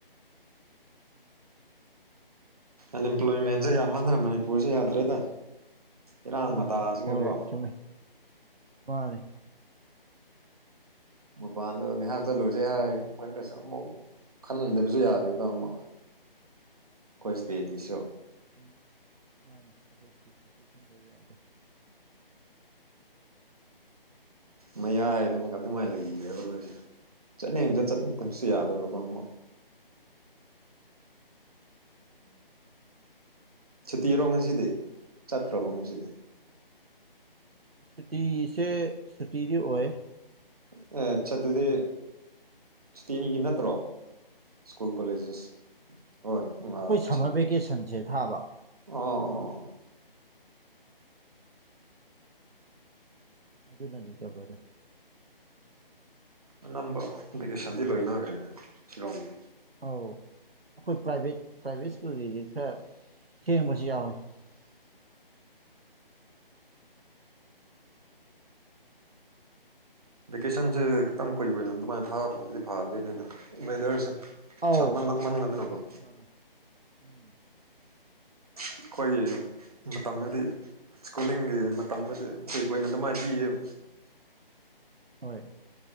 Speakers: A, on the right; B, on the right.
A: ꯑꯟꯑꯦꯝꯄ꯭ꯂꯣꯏꯃꯦꯟꯁꯦ ꯌꯥꯝꯃꯟꯗ꯭ꯔꯥ ꯃꯅꯤꯄꯨꯔꯁꯦ ꯌꯥꯗ꯭ꯔꯦꯗ ꯏꯔꯥꯡ
B: ꯎꯝ
A: ꯃꯇꯥꯁꯤꯒꯀꯣ
B: ꯍꯣꯏ ꯆꯨꯝꯃꯦ ꯃꯥꯅꯤ꯫
A: ꯃꯄꯥꯟꯗ ꯉꯥꯏꯍꯥꯛꯇ ꯂꯨꯁꯦ ꯍꯥꯏ ꯃꯔꯒꯁ ꯑꯃꯧ ꯈꯟꯍꯟꯗꯕꯁꯨ ꯌꯥꯔꯦꯗꯥ ꯑꯃꯣ ꯑꯩꯈꯣꯏ ꯏꯁꯇꯦꯠꯀꯤꯁꯨ
B: ꯨꯝꯃꯤ ꯃꯥꯜꯂꯤ ꯑꯩꯈꯣꯏ ꯁꯇꯤꯠꯇꯤꯁꯨ ꯈꯟꯗꯕ ꯌꯥꯗꯦ꯫
A: ꯃꯌꯥꯏ ꯑꯗꯨꯝ ꯑꯗꯨꯃꯥꯏꯅ ꯂꯩꯈ꯭ꯔꯦꯕꯈꯣ ꯑꯩꯁꯦ ꯆꯠꯅꯤꯡꯁꯨ ꯆꯠꯂ ꯈꯠꯁꯨ ꯌꯥꯗꯕꯀꯣ ꯑꯃꯨꯛ
B: <inaudible>
A: ꯁꯨꯇꯤꯔꯣ ꯉꯁꯤꯗꯤ ꯆꯠꯇ꯭ꯔꯕꯣ ꯉꯁꯤꯗꯤ꯫
B: ꯁꯨꯇꯤꯁꯦ ꯁꯨꯇꯤꯗꯤ ꯑꯣꯏ
A: ꯑ ꯆꯠꯇꯗꯤ꯫ ꯁꯇꯦꯅꯤꯒꯤ ꯅꯠꯇ꯭ꯔꯣ ꯁ꯭ꯀꯨꯜ ꯀꯣꯂꯦꯖꯦꯁ ꯍꯣꯏ ꯑꯥ
B: ꯑꯩꯈꯣꯏ ꯁꯝꯃꯔ
A: ꯊꯤꯡ
B: ꯚꯦꯀꯦꯁꯟꯁꯦ ꯊꯥꯕ
A: ꯑꯣ ꯑꯣ
B: ꯑꯗꯨꯅꯅꯤ ꯇꯕꯔꯦ
A: ꯑꯅꯝꯕ ꯚꯦꯀꯦꯁꯟꯗꯤ ꯂꯣꯏꯅꯈ꯭ꯔꯦ ꯁꯤꯂꯣꯡꯗꯤ꯫
B: ꯑꯧ ꯑꯩꯈꯣꯏ ꯄ꯭ꯔꯥꯏꯚꯦꯠ ꯄ꯭ꯔꯥꯏꯚꯦꯠ ꯁ꯭ꯀꯨꯜꯒꯤꯗꯤ ꯈꯔ ꯊꯦꯡꯕꯁꯨ ꯌꯥꯎꯋꯤ꯫
A: ꯚꯦꯀꯦꯁꯟꯁꯦ ꯈꯤꯇꯪ ꯀꯨꯏꯕꯣꯏ ꯅ ꯑꯗꯨꯃꯥꯏꯅ ꯊꯥꯔꯛꯄꯗꯤ ꯐꯥꯗꯣꯏꯅꯦꯗ ꯋꯦꯗꯔꯁꯦ꯫
B: ꯑꯥꯎ
A: ꯁꯥꯃꯟ ꯂꯥꯛꯃꯟꯒꯗꯅꯀꯣ
B: ꯃꯥꯅꯦ ꯎꯝ
A: ꯑꯩꯈꯣꯏꯒꯤ ꯃꯇꯝ ꯑꯗꯨꯗꯤ ꯁ꯭ꯀꯨꯜꯂꯤꯡꯒꯤ ꯃꯇꯝꯗꯨꯗꯤ ꯑꯩꯣꯏ ꯀꯣꯏꯅ ꯑꯗꯨꯃꯥꯏꯅ ꯄꯤꯌꯦꯕ꯫
B: ꯍꯣꯏ